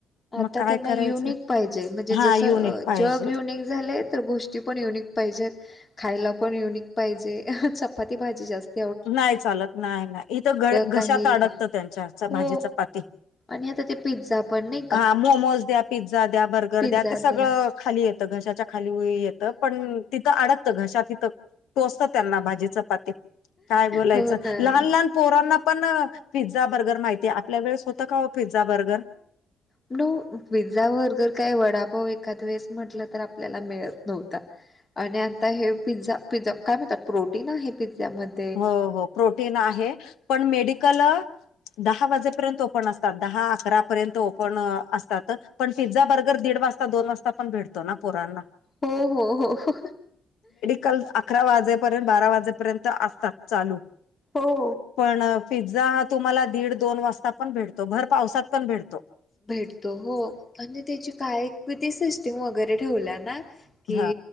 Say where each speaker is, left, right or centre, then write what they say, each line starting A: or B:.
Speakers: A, on the left; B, on the left.
A: आता
B: मग काय
A: त्यांना
B: करायचं
A: युनिक पाहिजे म्हणजे
B: हा
A: जस
B: युनिक पाहिजे
A: जग युनिक. झाले तर गोष्टी पण युनिक पाहिजेत. खायला पण युनिक पाहिजे चपाती भाजी जास्त.
B: नाही चालत नाही नाही इथं घ
A: काही
B: घशात अडकतं त्यांच्या भाजीच
A: हो
B: पाती.
A: आणि आता ते पिझ्झा. पण नाही का
B: हा मोमोज द्या पिझ्झा द्या बर्गर
A: पिझ्झा
B: द्या ते सगळं
A: त्या
B: खाली येतं घशाच्या खाली येत. पण तिथं अडतत घशात तिथं टोसत त्यांना भाजीच पाती. काय बोलायचं
A: हो ना
B: लहान लहान पोरांना पण पिझ्झा बर्गर माहितीय. आपल्या वेळे होत का हो पिझ्झा बर्गर.
A: न पझ्झा वगर काय वडापाव एखाद वेळेस म्हटलं तर आपल्याला मिळत नव्हता. आणि आता हे पिझ्झा पिझ्झा काय म्हणतात प्रोटीन आहे पिझ्झा मध्ये.
B: हो हो प्रोटीन आहे पण मेडिकल. दहा वाजेपर्यंत ओपन असतात दहा अकरा पर्यंत ओपन असतात पण पिझ्झा बर्गर दीड वाजता. आता दोन वाजता पण भेडतो ना पुोरांना.
A: हो हो हो.
B: काल अकरा वाजेपर्यंत बारा वाजेपर्यंत असतात चालू.
A: हो.
B: पण पिझ्झा हा तुम्हाला दीड दोन वाजता पण भेटतो भर पावसात पण भेटतो.
A: भेटतो हो आणि त्याची काय कती सिस्टीम वगैरे ठेवल्या ना. क.
B: हा